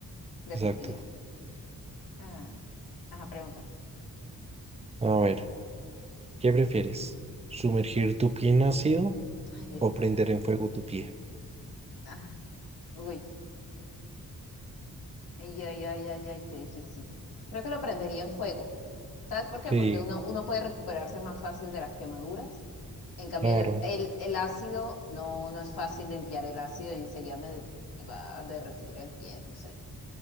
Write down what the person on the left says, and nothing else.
de
efectividad. Ah, ajá, pregúntame.
Ay, Dios,
pero.
ah, uy. Ay, ay, ay, ay, ay, qué difícil. Creo que lo prendería en fuego. ¿Sabes por qué?
Porque uno, uno puede recuperarse más fácil de las quemaduras. En cambio,
el, el, el ácido no, no es fácil limpiar el ácido y enseguida me, me va a derretir el pie, no sé.